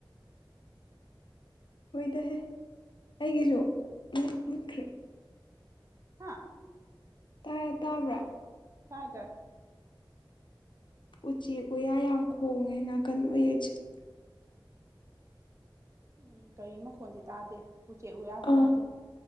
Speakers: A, on the left; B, on the right.
A: ꯑꯣꯏꯗꯍꯦ ꯑꯩꯒꯤꯁꯨ ꯃꯨꯠꯈ꯭ꯔꯦ
B: ꯍꯥꯥ
A: ꯇꯥꯏ ꯇꯥꯕ꯭ꯔꯥ
B: ꯇꯥꯏ ꯇꯥꯏ
A: ꯎꯆꯦꯛ ꯎꯌꯥ ꯌꯥꯝ ꯈꯣꯡꯉꯦ ꯅꯥꯀꯟ ꯑꯣꯏꯌꯦ ꯑꯁꯤꯗꯣ
B: ꯎꯝ ꯒꯥꯔꯤ ꯃꯈꯣꯟꯜꯗꯤ ꯇꯥꯗꯦ ꯎꯆꯦꯛ ꯎꯌꯥꯁꯨ
A: ꯑꯥ
B: ꯇꯥꯗꯦ